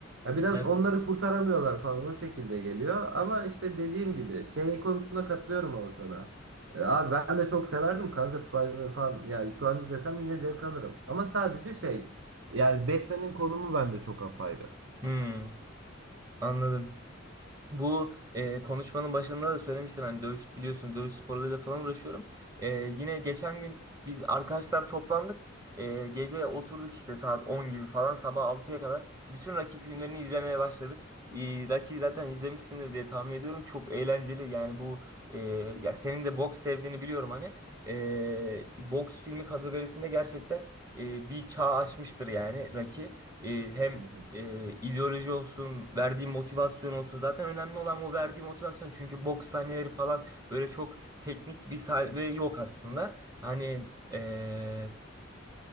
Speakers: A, on the right; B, on the right.
A: Ya biraz
B: Evet.
A: onları kurtaramıyorlar falan o şekilde geliyor. Ama işte dediğim gibi şey konusunda katılıyorum ama sana. E, abi ben de çok severdim kanka Spider-Man falan. Yani şu an izlesem yine zevk alırım. Ama sadece şey yani Batman'in konumu bende çok apayrı.
B: Hmm, anladım. Bu e, konuşmanın başında da söylemiştin hani dövüş biliyorsun dövüş sporlarıyla falan uğraşıyorum. E, yine geçen gün biz arkadaşlar toplandık. E, gece oturduk işte saat 10 gibi falan sabah altıya kadar. Bütün Rocky filmlerini izlemeye başladık. E, Rocky zaten izlemişsindir diye tahmin ediyorum. Çok eğlenceli yani bu e, ya senin de boks sevdiğini biliyorum hani. E, boks filmi kategorisinde gerçekten e, bir çağ açmıştır yani Rocky. E, hem
A: Hı hı.
B: e, ideoloji olsun, verdiği motivasyon olsun. Zaten önemli olan o verdiği motivasyon. Çünkü boks sahneleri falan böyle çok teknik bir sahne yok aslında. Hani e,